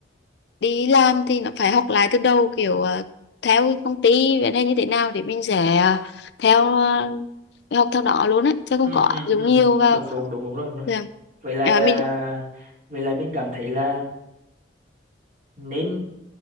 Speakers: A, on the left; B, on the right.
A: đi làm thì nó phải học lại từ đầu kiểu ờ, theo công ty vậy hay như thế nào để mình sẽ ờ, theo ờ, học theo đó luôn á chứ không
B: ừ
A: có áp
B: ừ
A: dụng
B: ừ
A: nhiều vào
B: đúng đúng đúng đúng rồi, đúng rồi.
A: Dạ.
B: vậy là
A: à,
B: à,
A: mình
B: vậy là mình cảm thấy là nên